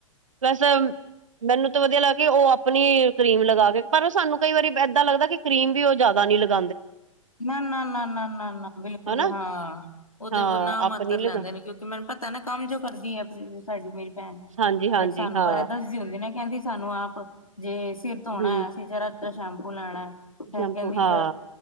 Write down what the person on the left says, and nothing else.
ਨਾ ਨਾ ਨਾ ਬਿਲਕੁਲ
ਹਾਂ ਉਥੇ
ਗੁਨਾਹ ਮਾਤਰ
ਲਾਂਦੇ
ਨੇ ਕਿਉਂਕਿ ਮੈਨੂੰ ਪਤਾ ਨਾ ਕੰਮ ਜੋ ਕਰਦੀ ਹ ਸਾਡੀ
ਸਾਨੂੰ
ਪਤਾ ਤੁਸੀਂ ਹੁੰਦੇ ਨੇ ਕਹਿੰਦੀ ਸਾਨੂੰ ਆਪ ਜੇ ਸਿਰ ਤੋਂ ਆਉਣਾ
ਸੀ ਜਰਾ ਸ਼ਾਮੂ ਲੈਣਾ ਇਹ
ਕਹਿੰਦੀ